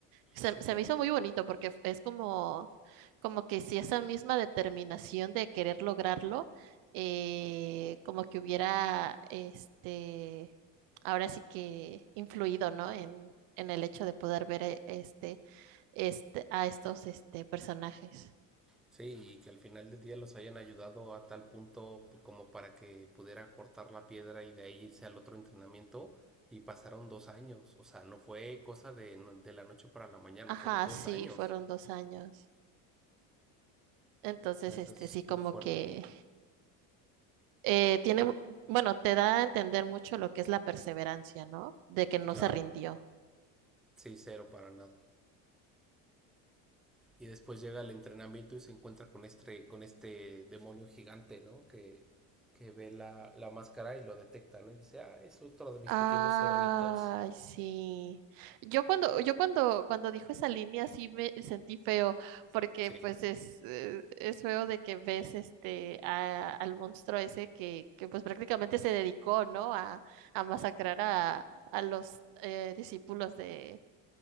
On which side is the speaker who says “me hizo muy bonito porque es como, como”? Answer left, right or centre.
Right